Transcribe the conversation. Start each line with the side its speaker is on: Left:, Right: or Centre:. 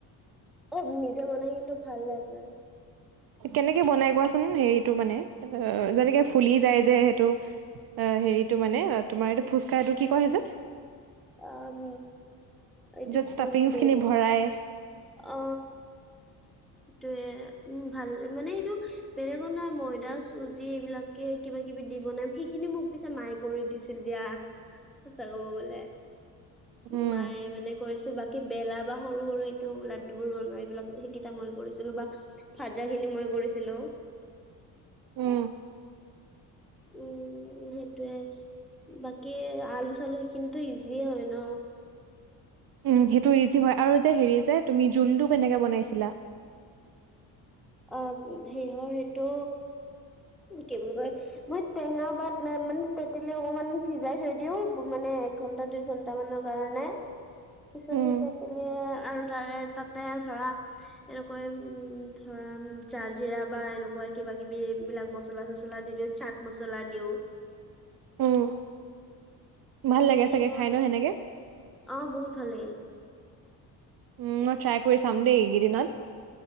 Centre: অ, নিজে বনাই কিন্তু ভাল লাগে।
Right: কেনেকে বনাই কোৱাচোন? হেৰিতটো মানে অ, যেনেকে
Centre: উম
Right: ফুলি যায় যে সেইটো অ, হেৰিটো মানে, তোমাৰ এইটো ফুচকা এইটো কি কয় যে
Centre: আম এইটো
Right: <inaudible>
Centre: পুৰিটো
Right: খিনি ভৰাই
Centre: অ, সেইটোয়ে উম, ভাল মানে এইেটো বেলেগৰ নহয় ময়দা চুজি এইবিলাকে কিবা, কিবি দি বনাম, সেইখিনি মোক পিছে মাই কৰি দিছিল দিয়া, সঁচা কব গ'লে
Right: উম
Centre: মায়ে মানে কৰিছে, বাকী বেলা বা সৰু, সৰু। লাডু বোৰ বনোৱা এইবিলাক, সেইকেইটা মই কৰিছিলো বা, ভাজা খিনি মই কৰিছিলো।
Right: উম,
Centre: উম, সেইটোয়ে বাকী আলু-চালু সেইখিনি তো, ইজিয়ে হয় ন
Right: উম, সেইটো ইজি হয়, আৰু যে হেৰি যে তুমি জোলটো কেনেকে বনাইছিলা?
Centre: অ, সেইহৰ এইটো, কি বুলি কয়? বত, টেঙা বা মানে তেঁতেলী অলপ মান ভিজাই থৈ দিও মানে এঘণ্টা দুই ঘণ্টা মানৰ কাৰণে। পিছত
Right: উম
Centre: সেই তেতেলী আৰু তাৰে- তাতে ধৰা এনেকুৱাই উম, ধৰাম জালজিৰা বা এনেকুৱা কিবা-কিবি এইবিলাক মচলা-চচলা মচলা দি দিওঁ, চাট মচলা দিওঁ।
Right: উম, ভাল
Centre: উম
Right: লাগে
Centre: সেইবোৰ
Right: চাগে খাই ন, সেনেকে?
Centre: অ, বহুত ভালে লাগে।
Right: উম, মই ট্ৰাই কৰি চাম দেই এইকেইদিনত।